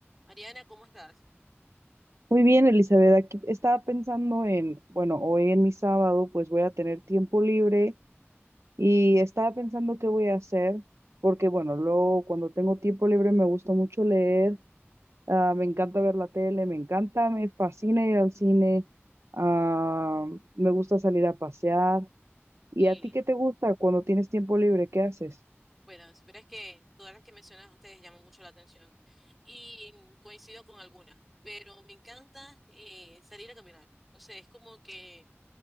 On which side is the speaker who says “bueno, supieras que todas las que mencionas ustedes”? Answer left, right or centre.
Centre